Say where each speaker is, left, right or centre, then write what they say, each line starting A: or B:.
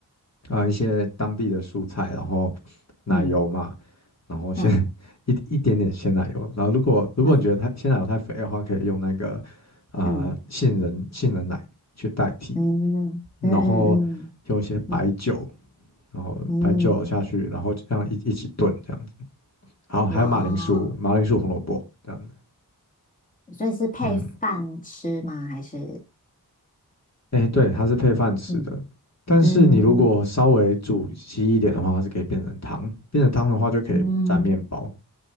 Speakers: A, on the left (about 40°); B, on the left (about 20°).
A: 啊、呃一些当地的蔬菜，然后奶油嘛，
B: 嗯
A: 然后先
B: 嗯
A: <laughs> 一一点点鲜奶油，然后如果如果你觉得太鲜奶油太肥的话，
B: 嗯
A: 可以用那个啊、
B: 嗯
A: 呃杏仁杏仁奶去代替，
B: 嗯嗯嗯嗯
A: 然后用一些白酒，
B: 嗯
A: 然后白酒下去，
B: 嗯，
A: 然后这样一一起炖这样子。好，
B: 哇！
A: 还有马铃薯、马铃薯红萝卜这样子。
B: 所以是配饭吃吗？
A: 嗯，
B: 还是
A: 哎，对，它是配饭吃的，
B: 嗯
A: 但是你如果稍微煮稀一点的话，
B: 嗯
A: 它是可以变成汤，变成汤的话就可以蘸面包。
B: 嗯